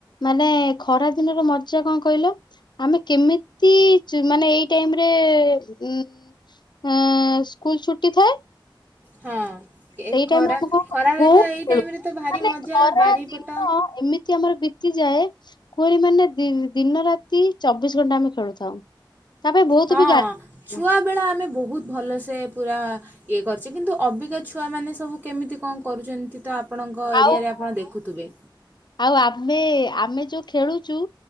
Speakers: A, on the left; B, on the right.
A: ମାନେ ଖରା ଦିନର ମଜା କଁ କହିଲ? ଆମେ କେମିତି ମାନେ ଏଇ ଟାଇମିରେ ଯିବୁ। ହେଁ ସ୍କୁଲ୍ ଛୁଟି ଥାଏ।
B: ହଁ ଏ
A: ସେଇ
B: ଖରା
A: ଟାଇମିରେ ଆମକୁ
B: ଖରାରେ
A: ବହୁତ୍
B: ତ ଏଇ
A: ଖେଳୁ,
B: ଟାଇମରେ ତ ଭାରି
A: ମାନେ
B: ମଜା
A: ଖରା
B: ବାରିପଟ
A: ଦିନ ଏମିତ୍ ମିତି ଆମର ବିତିଯାଏ। କୁହନି ମାନେ ଦି ଦିନ ରାତି ଚବିଶ୍ ଘଣ୍ଟା ଆମେ ଖେଳୁଥାଉ। ତା ପାଇଁ ବହୁତ
B: ହଁ।
A: ବି ଗାଳି ଖାଉ।
B: ଛୁଆବେଳେ ଆମେ ବହୁତ୍ ଭଲସେ ପୁରା ଇଏ କରିଚି କିନ୍ତୁ ଅବିକା ଛୁଆ ମାନେ ସବୁ କେମିତି କଣ କରୁଚନ୍ତି ତ ଆପ୍ ଆପଣଙ୍କ ଏରିଆରେ
A: ଆଉ
B: ଆପଣ ଦେଖୁଥିବେ।
A: ଆଉ ଆମେ ଆମେ ଯୋଉ ଖେଳୁଚୁ।